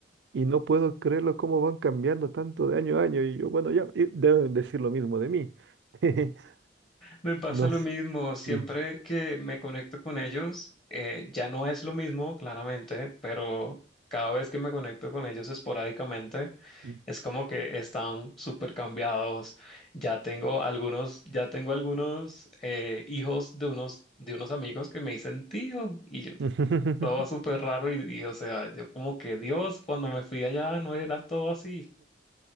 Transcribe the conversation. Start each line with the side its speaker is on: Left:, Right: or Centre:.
Right: Y no puedo creerlo cómo van cambiando tanto de año a año. Y yo, bueno, ya y deben decir lo mismo de mí. <laughs>
Left: Me pasa
Right: No
Left: lo
Right: s-
Left: mismo, siempre
Right: sí
Left: que me conecto con ellos, eh, ya no es lo mismo, claramente, pero cada vez que me conecto con ellos esporádicamente,
Right: <laughs>
Left: es como que están súper cambiados. Ya tengo algunos, ya tengo algunos eh, hijos de unos, de unos amigos que me dicen tío, y yo,
Right: Sí, <laughs>
Left: todo súper raro, y, y, o sea, yo como que Dios, cuando me fui allá no era todo así.